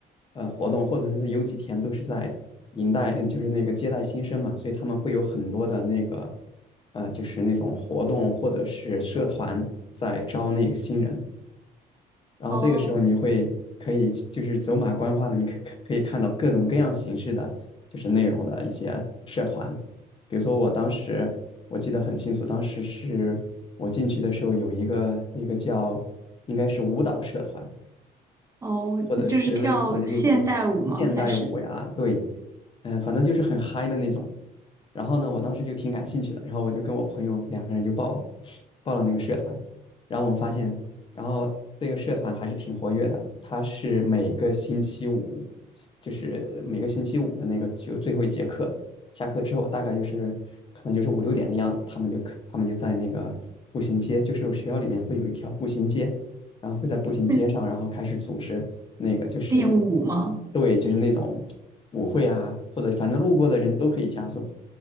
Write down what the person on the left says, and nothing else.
呃活动，或者是有几天都是在迎待，呃就是那个接待新生嘛，所以他们会有很多的那个呃，就是那种活动或者是社团在招那个新人。然后这个时候你会可以就是走马观花的，
你可可以看到各种各样形式的就是内容的一些社团，比如说我当时我记得很清楚，当时是我进去的时候有一个那个叫应该是舞蹈社团，
或者是类似于那种现代舞呀，
对，嗯、反正就是很嗨的那种。然后呢，我当时就挺感兴趣的，然后我就跟我朋友两个人就报了，报了那个社团。然后我们发现，然后这个社团还是挺活跃的，它是每个星期五，就是每个星期五的那个就最后一节课，下课之后大概就是可能就是五六点的样子，他们就可他们就在那个步行街，就是学校里面会有一条步行街，然后会在步行街上，
然后开始组织那个就是
对，就是那种舞会啊，或者反正路过的人都可以加入，